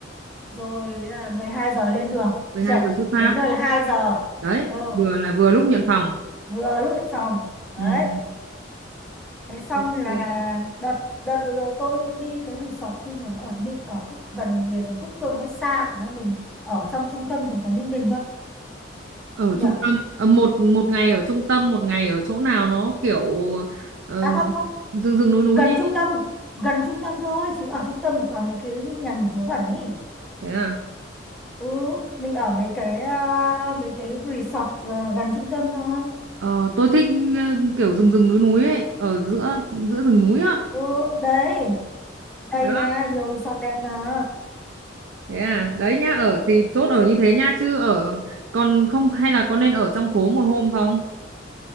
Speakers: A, in the centre; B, on the right.
A: rồi là 12 giờ lên đường
B: mười
A: được
B: hai
A: chưa
B: giờ xuất phát
A: đến nơi là 2 giờ
B: đấy
A: ừ,
B: vừa là vừa lúc nhận phòng
A: vừa lúc nhận phòng đấy
B: ừ.
A: thế xong
B: ok
A: là đợt đợt vừa rồi tôi đi cái resort kia nhưng mà nó ở Ninh ở Cúc, gần bìa rừng Cúc Phương nó hơi xa khả năng mình ở trong trung tâm thành phố Ninh Bình thôi
B: ở
A: nhỉ?
B: trung tâm ờ, một một ngày ở trung tâm một ngày ở chỗ nào nó kiểu ờ,
A: à không không
B: rừng rừng núi núi
A: gần
B: đi
A: trung tâm gần trung tâm thôi chứ ở trung tâm thì toàn mấy cái nhà nghỉ vớ vẩn ấy
B: thế à
A: ừ mình ở mấy cái à, mấy cái resort à, gần trung tâm thôi
B: Ờ, tôi thích ờ, kiểu rừng rừng núi núi ấy ở giữa giữa rừng núi á
A: ừ đấy đây
B: đó
A: mà nhiều resort đẹp mà
B: thế à đấy nhá ở thì chốt ở như thế nhá chứ ở còn không hay là có nên ở trong phố một hôm không